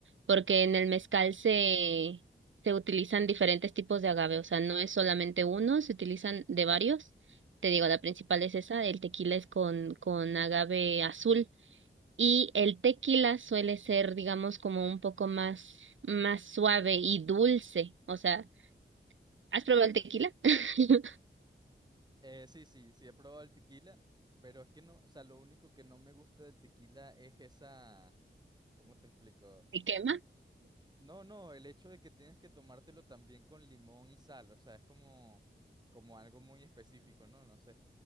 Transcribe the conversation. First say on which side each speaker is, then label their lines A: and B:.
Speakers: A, on the right; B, on the right.
A: porque en el mezcal se, se utilizan diferentes tipos de agave, o sea, no es solamente uno, se utilizan de varios. Te digo, la principal es esa, el tequila es con, con agave azul y el tequila suele ser, digamos, como un poco más, más suave y dulce, o sea, ¿has probado el tequila? <laughs>
B: Eh, sí, sí, sí he probado el tequila, pero es que no, o sea, lo único que no me gusta del tequila es esa, ¿cómo te explico?
A: ¿Me quema?
B: No, no, el hecho de que tienes que tomártelo también con limón y sal, o sea, es como, como algo muy específico, ¿no? No sé.